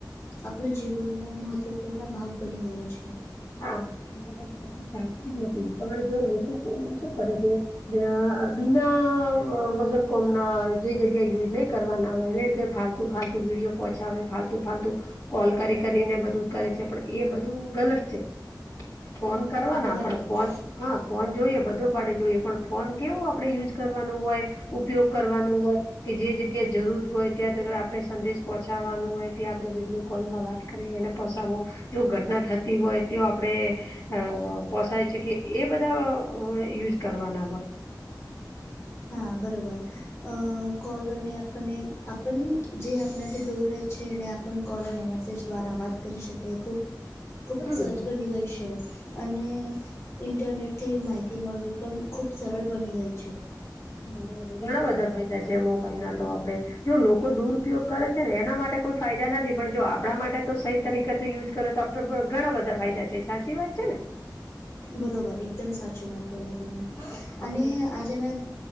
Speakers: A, on the left (about 40°); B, on the left (about 55°).
A: આપનો જીવનનો મહત્ત્વપૂર્ણ ભાગ બની ગયો છે.
B: હા મોબાઈલ વગર તો આપણે ચાલતીજ નથી પણ જો લોકો શું કરે છે અ બીના વગર કોમના જે જગ્યા યુઝ નહી કરવાના હોય એ જગ ફાલતુ ફાલતુ વિડીયો પોહછાવે ફાલતુ ફાલતુ કોલ કરી કરીને બધું કરે છે પણ એ બધું ગલત છે. ફોન કરવાના
A: બરાબર
B: પણ ફોન હા ફોન જોઈએ બધો પાડે જોઈએ પણ ફોન કેવો આપડે યુઝ કરવાનું હોય. ઉપયોગ કરવાનો હોય. કે જે જગ્યા જરૂર હોય ત્યાં તરત આપણેે સંદેશ પહોંચાવાનું હોય ત્યાં આપડે વિડીયો કોલમાં વાત કરી અને પસ આવો જો ઘટના થતી હોય તેઓ આપડે અ પોસાય છે કે એ બધા અ યુઝ કરવાના હોય
A: હા બરોબર. અ કોલ અને આપણને આપણ જે આપણાથી દૂર રહે છે અને આ પણ કોલ અને મેસેજ દ્વારા વાત કરી શકાય ખૂબ ખૂબ
B: હમ
A: જ સહજ બની ગયુ છે અને ઇન્ટરનેટથી માહિતી મળવી પણ ખૂબ સરળ બની ગઈ છે.
B: બરોબર ઘણા બધા ફાયદા છે મોબાઈલ ના તો આપડે જો લોકો દુરપયોગ કરે છે ને એના માટે કોઈ ફાયદા નથી પણ જો આપણા માટે તો સહી તરીકે તો યુઝ કરે તો આપડે ઘણા બધા ફાયદા છે સાચી વાત છેને.
A: બરોબર એકદમ સાચી વાત બોલા તમે
B: હા
A: અને
B: આપડે હા
A: આજેના